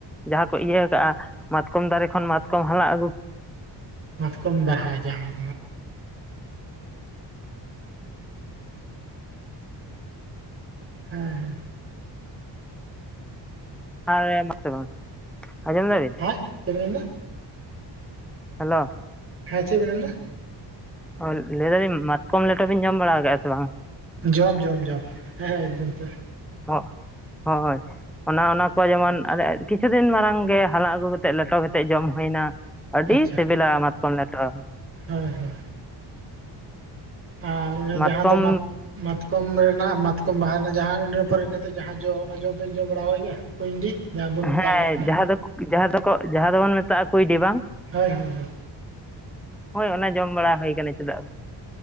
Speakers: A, in the centre; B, on the right.
A: ᱡᱟᱦᱟᱸ ᱠᱚ ᱤᱭᱟᱹ ᱠᱟᱜᱼᱟ ᱢᱟᱛᱠᱚᱢ ᱫᱟᱨᱮ ᱠᱷᱚᱱ ᱢᱟᱛᱠᱚᱢ ᱦᱟᱞᱟᱜ ᱟᱹᱜᱩ
B: ᱢᱟᱛᱠᱚᱢ ᱵᱟᱦᱟ ᱡᱟᱦᱟᱸ ᱦᱮᱸ ᱦᱮᱸ
A: ᱦᱮ ᱢᱟ ᱞᱟᱹᱭ ᱵᱮᱱ ᱟᱡᱚᱢ ᱫᱟᱵᱤᱧ
B: ᱪᱮᱫᱵᱤᱱ ᱢᱮᱱᱫᱟ
A: ᱦᱮᱞᱳ
B: ᱦᱮᱸ ᱪᱮᱫ ᱵᱮᱱ ᱢᱮᱱ ᱮᱫᱟ
A: ᱚ ᱞᱟᱹᱭ ᱫᱟᱞᱤᱧ ᱢᱟᱛᱠᱚᱢ ᱞᱮᱴᱚ ᱵᱤᱱ ᱡᱚᱢ ᱵᱟᱲᱟ ᱠᱟᱜᱼᱟ ᱥᱮ ᱵᱟᱝ᱾
B: ᱡᱚᱢ ᱡᱚᱢ ᱡᱚᱢ ᱦᱮᱸ ᱮᱠᱫᱚᱢ ᱛᱮ
A: ᱦᱚ ᱦᱳᱭ ᱚᱱᱟ ᱚᱱᱟ ᱠᱚ ᱡᱮᱢᱚᱱ ᱠᱤᱪᱷᱩ ᱫᱤᱱ ᱢᱟᱲᱟᱝ ᱜᱮ ᱦᱟᱞᱟᱝ ᱟᱹᱜᱩ ᱠᱟᱛᱮᱜ ᱞᱮᱴᱚ ᱠᱟᱛᱮᱜ ᱡᱚᱢ ᱦᱩᱭᱱᱟ ᱟᱹᱰᱤ
B: ᱟᱪᱪᱷᱟ
A: ᱥᱤᱵᱤᱞᱟ ᱢᱟᱛᱠᱚᱢ ᱞᱮᱴᱚ
B: ᱦᱳᱭ ᱦᱳᱭ ᱟᱨ ᱚᱱᱮ
A: ᱢᱟᱛᱠᱚᱢ
B: ᱡᱟᱦᱟᱸ ᱫᱚ ᱢᱟᱛᱼᱼ ᱢᱟᱛᱠᱚᱢ ᱨᱮᱱᱟᱜ ᱢᱟᱛᱠᱚᱢ ᱵᱟᱦᱟ ᱨᱮᱱᱟᱜ ᱡᱟᱦᱟᱸ ᱤᱱᱟᱹ ᱯᱚᱨᱮ ᱱᱤᱛᱚᱜ ᱡᱟᱦᱟᱸ ᱡᱚ ᱚᱱᱟ ᱡᱚ ᱯᱮ ᱡᱚᱢ ᱵᱟᱲᱟᱣ ᱟᱠᱟᱫ ᱜᱮᱭᱟ? ᱠᱩᱸᱭᱰᱤ ᱡᱟᱦᱟᱸ ᱵᱚᱱ ᱢᱮᱛᱟᱣᱟᱜ
A: ᱦᱮᱸ
B: ᱠᱟᱱᱟ
A: ᱡᱟᱦᱟᱸ ᱫᱚ ᱡᱟᱦᱟᱸ ᱫᱚᱠᱚ ᱡᱟᱦᱟᱸ ᱫᱚᱵᱚᱱ ᱢᱮᱛᱟᱜᱼᱟ ᱠᱩᱭᱰᱤ ᱵᱟᱝ
B: ᱦᱳᱭ ᱦᱳᱭ ᱦᱳᱭ
A: ᱦᱳᱭ ᱚᱱᱟ ᱡᱚᱢ ᱵᱟᱲᱟ ᱦᱩᱭ ᱠᱟᱱᱟ ᱪᱮᱫᱟᱜ